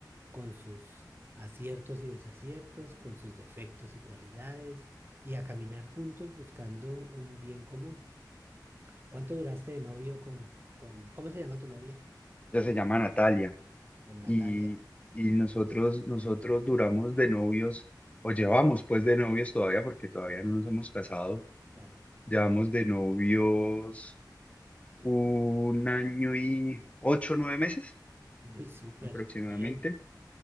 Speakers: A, on the right (about 30°); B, on the left (about 20°).
A: con sus aciertos y desaciertos, con sus defectos y cualidades, y a caminar juntos buscando un bien común. ¿Cuánto duraste de novio con, con, ¿cómo se llama tu novia?
B: Ella se llama Natalia
A: Con Natalia,
B: y, y nosotros, nosotros duramos de novios o llevamos pues de novios todavía porque todavía no nos hemos casado.
A: claro.
B: Llevamos de novios un año y ocho, o nueve meses
A: Uy, súper,
B: aproximadamente.
A: bien.